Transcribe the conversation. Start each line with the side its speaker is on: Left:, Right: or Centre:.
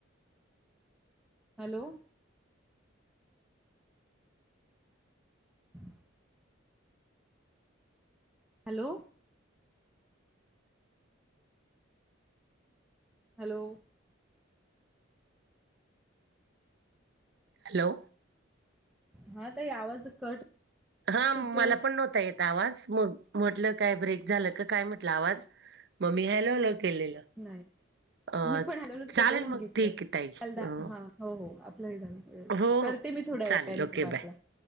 Centre: हॅलो ह हॅलो हॅलो
Right: हॅलो
Centre: हा तर यावच कट
Right: हा
Centre: होतोय
Right: मला पण नव्हता येत आता आवाज मग म्हटलं काय ब्रेक झालं का काय म्हटलं आवाज मम्मी हॅलोलो केलेलं
Centre: नाही
Right: अ
Centre: मी पण हॅलोच करते
Right: चालेल
Centre: म्हणून
Right: मग
Centre: घेतलं.
Right: ठीक हाय ताई
Centre: हलदा हा हो हो आपलंही झालं
Right: हो,
Centre: करते
Right: हो.
Centre: मी थोड्या
Right: चालेल
Centre: वेळाने
Right: ओके
Centre: तुम्हाला
Right: बाय.